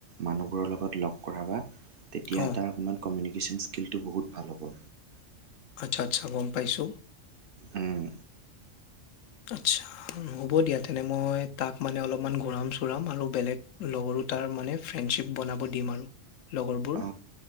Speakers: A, on the right (about 55°); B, on the left (about 80°).
A: মানুহবোৰৰ লগত লগ কৰাবা, তেতিয়া
B: অ
A: তাৰ অকণমান কমিউিকেশ্যন স্কিলটো বহুত ভাল হ'ব।
B: আচ্ছা আচ্ছা গ'ম পাইছোঁ।
A: উম।
B: আচ্ছা। হ'ব দিয়া তেনে মই তাক মানে অলপমান ঘূৰাম-চোৰাম আৰু বেলেগ লগৰো তাৰ মানে ফ্ৰেণ্ডশ্বিপ বনাব দিম আৰু। লগৰবোৰ
A: অ